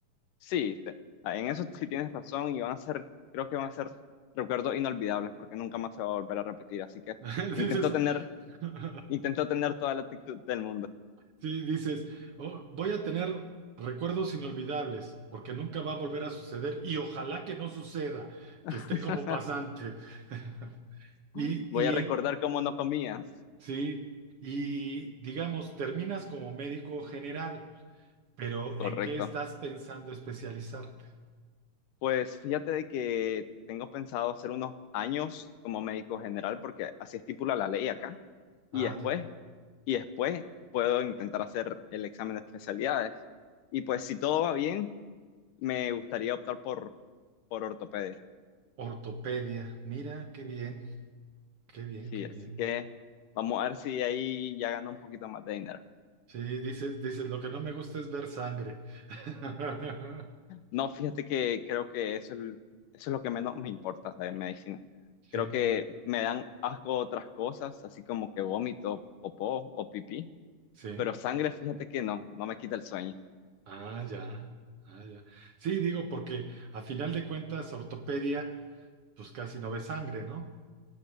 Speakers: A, on the left; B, on the right.
A: Sí, te- en eso sí tienes razón y van a ser, creo que van a ser recuerdos inolvidables porque nunca más se va a volver a repetir, así que
B: <laughs>
A: intento
B: Dices eso.
A: tener
B: <laughs>
A: Intento tener toda la actitud del mundo.
B: Sí, dices, "Oh, voy a tener recuerdos inolvidables, porque nunca va a volver a suceder y ojalá que no suceda,
A: <laughs>
B: que esté como pasante. <laughs>
A: Voy
B: Y,
A: a recordar
B: y en-
A: cómo no comía.
B: sí, y digamos, terminas como médico general, pero ¿en
A: Correcto.
B: qué estás pensando especializarte?
A: Pues fíjate de que tengo pensado hacer unos años como médico general porque así estipula la ley acá. Y
B: Ah,
A: después,
B: ya,
A: y después puedo intentar hacer el examen de especialidades. Y pues si todo va bien, me gustaría optar por, por ortopedia.
B: ortopedia. Mira, qué bien, qué bien,
A: Sí,
B: qué
A: así
B: bien.
A: que vamos a ver si ahí ya gano un poquito más de dinero.
B: Sí, dices, dices, lo que no me gusta es ver sangre. <laughs>
A: No, fíjate que creo que eso es, eso es lo que menos me importa de medicina.
B: Sí,
A: Creo que me dan asco otras cosas, así como que vómito, popó o pipí,
B: sí.
A: pero sangre, fíjate que no, no me quita el sueño.
B: Ah, ya, ah, ya. Sí, digo, porque a final de cuentas, ortopedia, pues casi no ve sangre, ¿no?